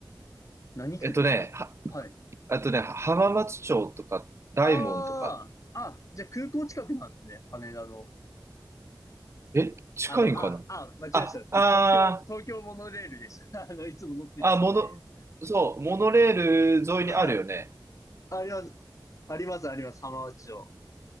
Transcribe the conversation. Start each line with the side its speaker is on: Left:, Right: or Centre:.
Left: 何区とかはい。
Right: えっとね、は、あとね、浜松町とか、大門とか、
Left: ああ、あ、じゃあ空港近くなんですね。羽田の。
Right: え、近いんかなあ、
Left: あの、あ、あ、間違えました。そう東京、
Right: あー、
Left: 東京モノレールでした。<laughs> あの、いつも乗ってたんで。
Right: あ、モノ、そう、モノレール沿いにあるよね。
Left: はい。あります。あります、あります。浜松町。